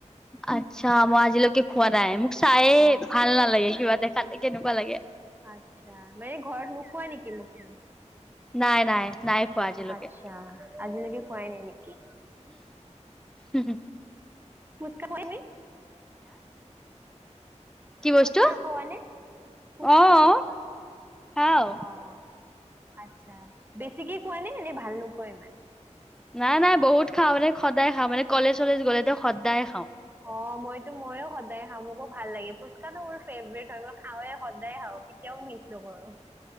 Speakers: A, in the centre; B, on the right (about 15°).
A: আচ্ছা মই আজিলৈকে খোৱা নাই, মোক চায়ে
B: অ।
A: ভাল নালাগে কিবা দেখাতে কেনেকুৱা লাগে।
B: আত্ছা মানে ঘৰত নোখোৱা নেকি মো <inaudible>
A: নাই, নাই। নাই খোৱা আজিলৈকে।
B: আচ্ছা আজিলৈকে পোৱাই নাই নেকি?
A: হম হ
B: ফুচকা পঢ়মি
A: কি বস্তু?
B: ফুচকা খো নে ফুচকা,
A: অ',
B: ফুচকা।
A: খাওঁ,
B: অহ। আটছা বেছিকে খোৱা নে? নে ভাল নোপোৱা ইমান?
A: নাই, নাই। বহুত খাওঁ মানে সদায় খাও মান কলেজ চলেজ গ'লে টো সদায়ে খাওঁ।
B: অ মইতো ময়ো সদায় খাওঁ। মোকো ভাল লাগে। ফুচকাতো মোৰ ফেভৰেট হয়। মই খাওঁৱে, সদায় খাওঁ কেতিয়াও মিছ নকৰো।